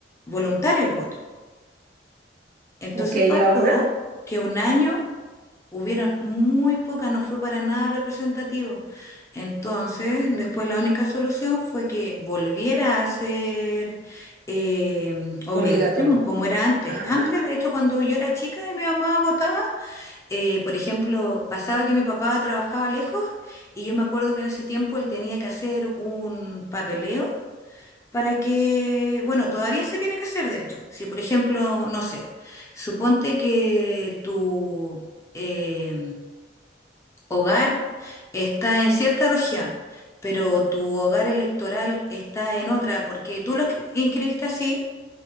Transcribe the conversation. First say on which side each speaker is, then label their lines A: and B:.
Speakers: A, on the left; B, on the right.
A: voluntario el voto. Entonces
B: ok, y
A: pasó
B: ahora
A: que un año hubieron muy pocas, no fue para nada representativo. Entonces, después la única solución fue que volviera a ser eh, obligación,
B: obligatorio.
A: como era antes.
B: Ah,
A: Antes, de hecho, cuando yo era chica y mi mamá votaba, eh, por ejemplo, pasaba que mi papá trabajaba lejos y yo me acuerdo que en ese tiempo él tenía que hacer un papeleo para que, bueno, todavía se tiene que hacer, de hecho. Si, por ejemplo, no sé, suponte que tu eh, hogar está en cierta región, pero tu hogar electoral está en otra, porque tú lo escri- inscribiste así.